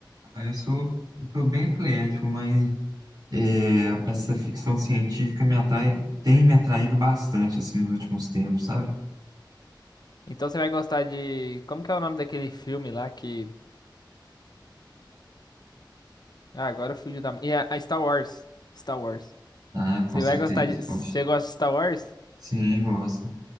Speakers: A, on the right; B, on the left.
A: Ah, Eu sou, eu sou bem eclético, mas É, essa ficção científica me atrai, tem me atraído bastante assim nos últimos tempos, sabe?
B: Então você vai gostar de. Como que é o nome daquele filme lá que. Ah, agora fugiu da. E a, a Star Wars. Star Wars.
A: Ah,
B: Você
A: com certeza,
B: vai gostar de. Você
A: poxa.
B: gosta de Star Wars?
A: Sim, gosto.